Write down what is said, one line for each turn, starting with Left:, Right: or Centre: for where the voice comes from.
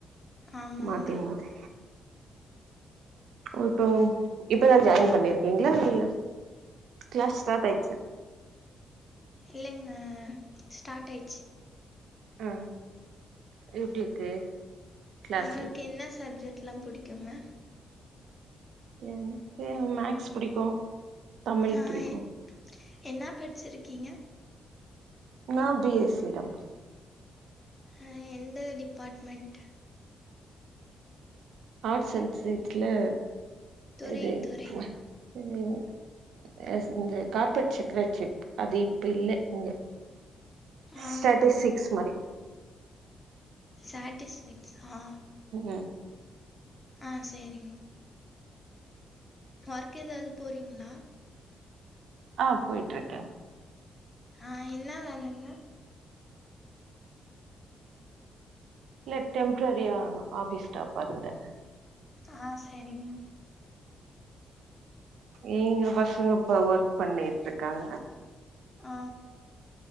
Left: ஆமாங்க
Right: மாத்தி மாத்தி ஒ இப்போ இப்பதா ஜாயின் பண்ணிருக்கீங்ளா இல்ல க்ளாஸ் ஸ்டார்ட்டாய்சா
Left: இல்லங்க ஸ்டார்ட்டாயிச்சி
Right: அ எப்டி இருக்கு கிளாஸ்ல
Left: உங்களுக்கு என்ன சப்ஜெக்ட்ல்லா புடிக்குங்க
Right: எனக்கு மேக்ஸ் புடிக்கு தமிழ்
Left: அ
Right: புடிக்கு
Left: என் என்னா படிச்சிருக்கீங்க
Right: நா பி எஸ் சி கம்
Left: அ எந்த டிபார்ட்மெண்ட்
Right: ஆர்ட்ஸ் அண்ட் சயின்ஸ் ல
Left: துறை
Right: இது
Left: துறை
Right: <unintelligible> எஸ் இந்த கார்ப்பரேட் செக்ரட்டரி அது இப்ப இல்ல இங்க
Left: ஆ
Right: ஸ்டாட்டிஸ்டிக்ஸ் மாரி
Left: ஸ்டாடிஸ்டிக்ஸ் ஆ
Right: ம்
Left: ஆ செரிங் ஒர்க் எதாவது போறீங்களா
Right: ஆ போயிட்டுருக்கே
Left: ஆ என்ன வேலங்க
Right: இல்ல டெம்ப்ரரியா ஆஃபீஸ் ஸ்டாஃபா இருந்தே
Left: ஆ சரிங்க
Right: இங்க பசங்க இப்ப ஒர்க் பண்ணிட்டு இருக்காங்க
Left: ஆ